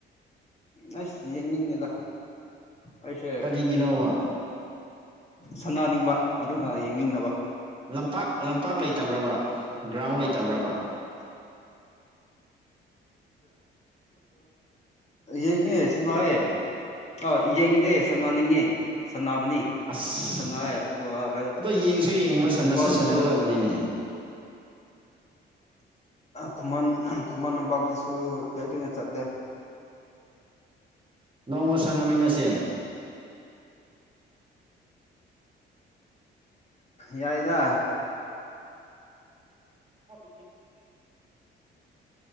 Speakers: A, on the left; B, on the right.
A: ꯎ ꯑꯁ ꯌꯦꯡꯅꯤꯡꯉꯗ ꯑꯩꯁꯦ
B: ꯀꯔꯤꯒꯤꯅꯣꯕ
A: ꯁꯥꯟꯅꯅꯤꯡꯕ ꯑꯗꯨꯅ ꯌꯦꯡꯅꯤꯡꯗꯕ
B: ꯂꯝꯄꯥꯛ ꯂꯝꯄꯥꯛ ꯂꯩꯇꯕ꯭ꯔꯕ ꯒ꯭ꯔꯥꯎꯟ ꯂꯩꯇꯕ꯭ꯔꯕ
A: ꯌꯦꯡꯉꯦ ꯁꯅꯥꯔꯦ ꯑꯥ ꯌꯦꯡꯗꯦ ꯁꯥꯟꯅꯅꯤꯡꯉꯤ ꯁꯅꯕꯅꯤ
B: ꯑꯁ
A: ꯁꯅꯥ ꯀ
B: ꯑꯗꯣ ꯌꯦꯡꯁꯨ ꯌꯦꯡꯕ ꯁꯥꯟꯅꯁꯨ
A: ꯏꯝꯐꯥꯜꯁꯨ
B: ꯁꯥꯟꯅꯒꯗꯕꯅꯤꯅꯦ
A: ꯈꯨꯃꯟ ꯈꯨꯃꯟ ꯂꯝꯄꯥꯛꯇꯁꯨ ꯇꯣꯏ ꯇꯣꯏꯅ ꯆꯠꯂꯦ
B: ꯅꯣꯡꯃ ꯁꯥꯟꯅꯃꯤꯟꯅꯁꯦ
A: ꯌꯥꯏꯗ
B: <inaudible>